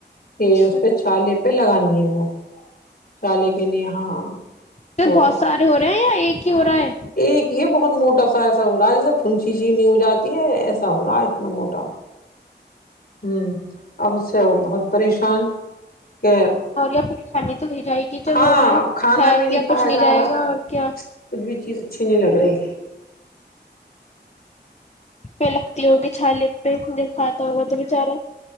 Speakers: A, on the left (about 60°); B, on the left (about 40°).
A: کہ
B: اچھا
A: اس پہ چھالے پہ لگانی ہے وہ چالے کے لی ہاں
B: اھر
A: تو
B: بہت سارے ہو رہے ہیں یا ایک کی ہو رہا ہے
A: ایک یہ بہت موٹا سا ایسا ہو رہا ہے جیسے پنچیچی نہیں ہو جاتی ہے ایسا ہو رہا اتنا موٹا ہ اب اس سے وہ بہت پریشان کہ
B: اور یا پریشانی تو ل جائے گی جب
A: ہاں
B: ہو رہا
A: اب کھانا
B: ہےپ
A: بھی
B: یا
A: کھایا
B: کچھ نہیں جائے
A: جا رہا
B: گا اور کیا
A: کچھ بھی چیز اچھی نہیں لگ رہی
B: پہ لگتی ہوگی چھالی پہ دیک ہاں تو اگر تو بچارا